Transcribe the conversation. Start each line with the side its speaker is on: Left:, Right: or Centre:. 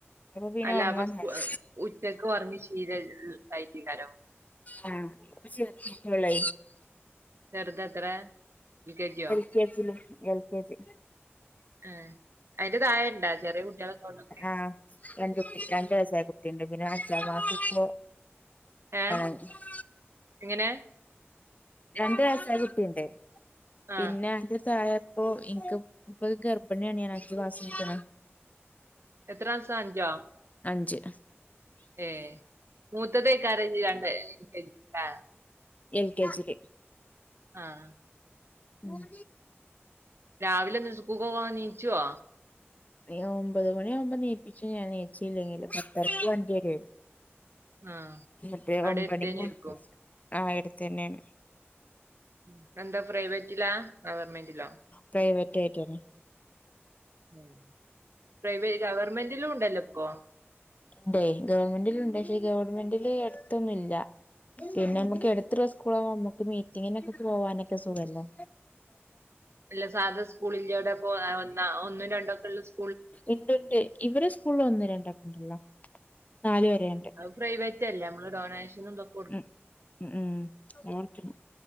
Left: അപ്പൊ പിന്നെ
Right: അല്ല
Left: ഒറങ്ങാൻ
Right: അപ്പ സ്കൂള്
Left: നേരം
Right: ഉറ്റക്ക് ഒറങ്ങി ശീല ഇല്ലല്ലോ, ഇണ്ടായിട്ടില്ലല്ലോ.
Left: ആഹ് ഇപ്പ ചേർത്തിട്ടൊള്ളത്.
Right: ചെറുതെത്രെ യു. കെ. ജി. യോ?
Left: L K. ജില്, എൽ. കെ. ജി.
Right: ആഹ് അയ്ന്റെ താഴയുണ്ടാ ചെറിയ കുട്ടികളൊക്ക, <unintelligible>
Left: ആഹ് രണ്ട് കു, രണ്ടു വയസായ കുട്ടിയുണ്ട് പിന്നെ-
Right: ഏഹ്
Left: <unintelligible>
Right: എങ്ങനെ?
Left: രണ്ട് വയസായ കുട്ടിണ്ട് പിന്നെ,
Right: ആഹ്
Left: അയ്ന്റെ താഴെ- ഇപ്പോ എൻക്ക് ഇപ്പോ, ഗർഭിണിയാണ് ഞാൻ. അഞ്ച്മാസയ്ക്ക്ണ്.
Right: എത്ര മാസാ അഞ്ചോ?
Left: അഞ്ച്.
Right: ഏഹ് മൂത്തതേക്കരം കര്തിക്കാണ്ട് കഴിഞ്ഞ്ട്ടാ.
Left: എൽ. കെ. ജീല്.
Right: ആഹാ.
Left: ഉം.
Right: രാവിലെന്ന് ഇസ്കൂള്കൊവാന്- നീച്ചോ?
Left: അയിനൊമ്പത് മണിയാവുമ്പോ- ന്നീപ്പിച്ചും, ഞാനെ ന്നീച്ചില്ലെങ്കില്. പത്തരക്ക് വണ്ടി വെരുയ്.
Right: ആഹ്
Left: മറ്റേ
Right: അവിടെ
Left: ഒമ്പണിക്കും
Right: അടുത്തന്നെ ആയിരിക്കും
Left: ബെസ്, ആഹ് എടുത്തെന്നെണ്.
Right: ഉം എന്താ പ്രൈവറ്റിലാ, ഗവൺമെന്റിലോ?
Left: പ്രൈവറ്റയിറ്റെന്നെ.
Right: ഉം പ്രൈവെ, ഗവർമെന്റിലുംണ്ടല്ലപ്പോ.
Left: ഇണ്ടേയ് ഗവൺമെന്റിലുണ്ട് പഷെ, ഗവൺമെന്റില്- അടുത്തൊന്നുംല്ല. പിന്നെ അമ്മക്ക് എട്ത്തുള്ള സ്കൂളാവുംമ്പോ അമ്മക്ക്- മീറ്റിങ്ങിനൊക്കെ പോവാനൊക്കെ സുഖല്ലേ.
Right: ഇല്ല സാധ സ്കൂൾ ഇല്ലോലപ്പോ ആഹാ ഒന്ന, ഒന്നും രണ്ടൊക്കെള്ളസ്-
Left: ഇണ്ട്ണ്ട് ഇവരെ സ്കൂള്ല് ഒന്ന്- രണ്ടാക്കണ്ടല്ലോ ന്നാല് വരെണ്ട്.
Right: പ്രൈവറ്റ്ല്ലേ അമ്മള്- ഡൊണേഷനുംതൊക്-
Left: ഉം ഉം ഉം ഓട്ക്കും